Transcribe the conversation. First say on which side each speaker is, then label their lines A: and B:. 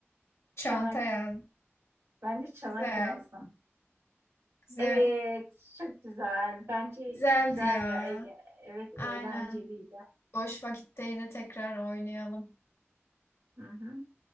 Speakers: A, on the left (about 70°); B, on the right (about 80°).
A: Çanta
B: çanak.
A: yazdım.
B: Ben de çanak
A: Güzel.
B: yazdım.
A: Güzel.
B: Evet, çok güzel. Bence
A: Güzeldi
B: güzel
A: ya.
B: ya. Eğle- Evet,
A: Aynen.
B: eğlenceliydi.
A: Boş vakitte yine tekrar oynayalım.
B: Hı hı.